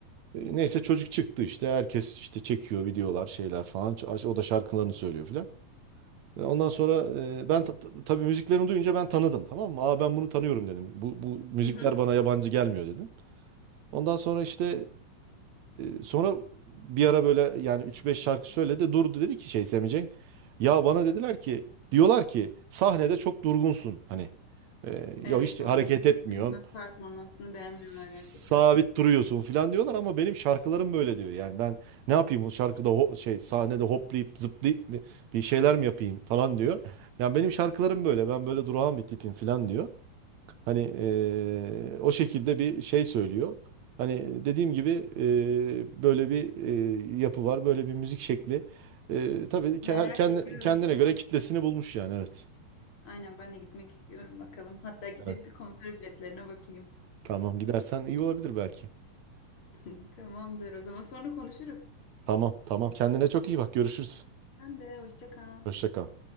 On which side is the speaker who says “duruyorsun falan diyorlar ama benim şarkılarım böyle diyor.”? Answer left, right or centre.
Right